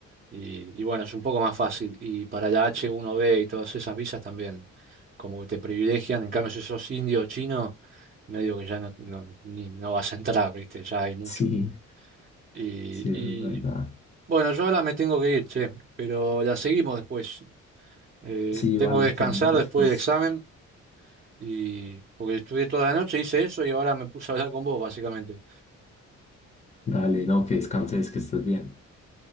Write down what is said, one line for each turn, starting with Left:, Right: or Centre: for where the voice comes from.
Right: Y, y bueno, es un poco más fácil. Y para la H1B y todas esas visas también, como que te privilegian. En cambio, si sos indio o chino, medio que ya no, no, ni- no vas a entrar, ¿viste? Ya hay mucho.
Left: Sí,
Right: Y,
Left: sí,
Right: y
Left: eso es verdad.
Right: bueno, yo ahora me tengo que ir, che, pero la seguimos después. Eh,
Left: Sí,
Right: tengo
Left: vale,
Right: que descansar
Left: seguimos después.
Right: después del examen. Y porque estudié toda la noche, hice eso y ahora me puse a hablar con vos, básicamente.
Left: Dale, no, que descanses, que estés bien.